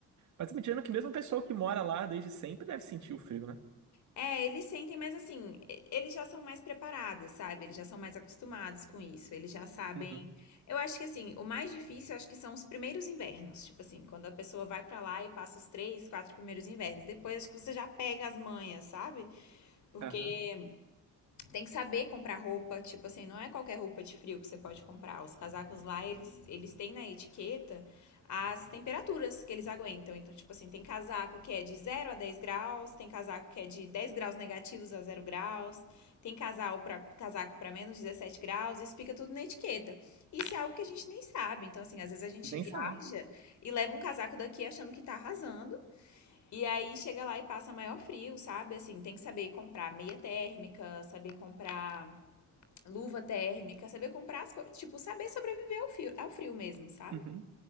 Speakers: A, on the right (about 70°); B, on the left (about 70°).
A: Mas me tirando que mesmo o pessoal que mora lá desde sempre deve sentir o frio, né?
B: É, eles sentem, mas assim, e- eles já são mais preparados, sabe? Eles já são mais acostumados com isso. Eles já sabem.
A: Uhum.
B: Eu acho que assim, o mais difícil, eu acho que são os primeiros invernos. Tipo assim, quando a pessoa vai pra lá e passa os três, quatro primeiros invernos. Depois acho que você já pega as manhas, sabe? Porque
A: Aham.
B: Tem que saber comprar roupa, tipo assim, não é qualquer roupa de frio que você pode comprar. Os casacos lá, eles, eles têm na etiqueta as temperaturas que eles aguentam. Então, tipo assim, tem casaco que é de zero a 10 graus, tem casaco que é de 10 graus negativos a zero graus, tem casaco pra, casaco para menos 17 graus, isso fica tudo na etiqueta. Isso é algo que a gente nem sabe. Então, assim, às vezes a gente
A: Nem
B: viaja
A: sabe.
B: e leva um casaco daqui achando que tá arrasando, e aí chega lá e passa maior frio, sabe? Assim, tem que saber comprar meia térmica, saber comprar luva térmica, saber comprar as coisas, tipo, saber sobreviver ao frio, ao frio mesmo, sabe?
A: Uhum.